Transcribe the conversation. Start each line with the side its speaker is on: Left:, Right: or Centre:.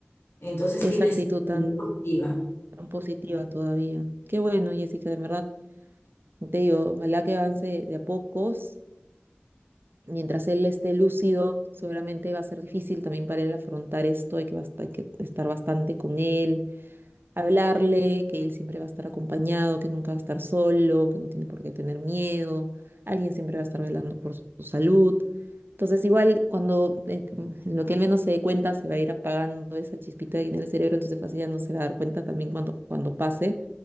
Left: Entonces
Right: esa
Left: tienes
Right: actitud tan,
Left: actitud positiva.
Right: tan positiva todavía. Qué bueno, Jessica, de verdad. Te digo, ojalá que avance de a pocos Mientras él esté lúcido, seguramente va a ser difícil también para él afrontar esto, hay que, bast- hay que estar bastante con él, hablarle, que él siempre va a estar acompañado, que nunca va a estar solo, que no tiene por qué tener miedo, alguien siempre va a estar velando por su salud. Entonces, igual cuando en en lo que él menos se dé cuenta, se va a ir apagando esa chispita ahí en el cerebro, entonces fácil ya no se va a dar cuenta también cuando, cuando pase.